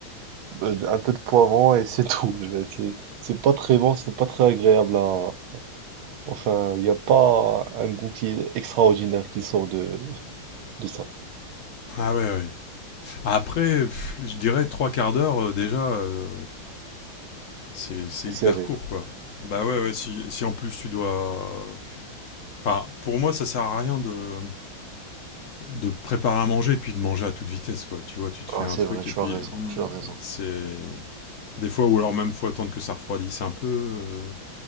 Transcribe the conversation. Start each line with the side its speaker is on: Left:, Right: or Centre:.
Right: euh, un peu de poivron et c'est <laughs> tout. Je- C'est, c'est pas très bon, c'est pas très agréable à. Enfin, il n'y a pas un goût qui est extraordinaire qui sort de, de ça.
Left: Ah ouais, ouais. Après, pff, je dirais trois quarts d'heure euh, déjà, euh, c'est c'est
Right: C'est serré.
Left: hyper court quoi. Bah ouais, ouais. Si, si en plus tu dois, enfin, pour moi, ça sert à rien de de préparer à manger et puis de manger à toute vitesse quoi. Tu vois, tu te fais
Right: Ah,
Left: un
Right: c'est
Left: truc
Right: vrai, tu
Left: et puis
Right: as raison,
Left: hum,
Right: tu as raison.
Left: c'est des fois ou alors même faut attendre que ça refroidisse un peu. euh,